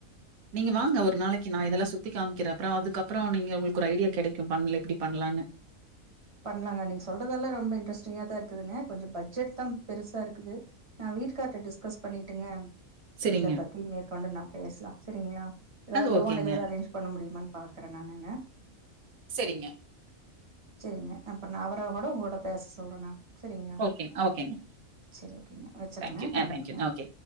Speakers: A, on the right (about 80°); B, on the right (about 25°).
A: நீங்க வாங்க ஒரு நாளைக்கி நா இதெல்லா சுத் த்தி காமிக்கிற அப்றோ அதுக்கப்றோ நீங்க ஒங்களுக்கு ஒரு ஐடியா கெடைக்கு பண்ல எப்டி பண்லான்னு
B: பண்லாங்க நீங்க சொல்றதெல்லா ரொம்ப இட்ரெஸ்டிங்கா தா இருக்குதுங்க கொஞ்சொ பட்ஜெட் தா பெருசா இருக்குது நா வீட்டுக்கார்ட்ட டிஸ்கஸ் பண்ணிட்டுங்க
A: சரிங்க.
B: இத பத்தி மேற்கொண்டு நா பேசலா சரிங்ளா ஏதாது
A: அது
B: லோன்
A: ஓகேங்க.
B: ஏதாது அரேஞ் பன்னமுடிமான் பாக்ற நானு
A: செரிங்க
B: செரிங்க அப்பற நா அவரோ கூட ஒங்களோட பேச சொல்ற நா சரிங்ளா
A: ஓகே, ஓகேங்க.
B: சரி ஓகேங்க வச்சிறங்க
A: தேங்க்யூ.
B: தங்க்ஸ்ங்க
A: ஆ தேங்க்யூ. ஓகே.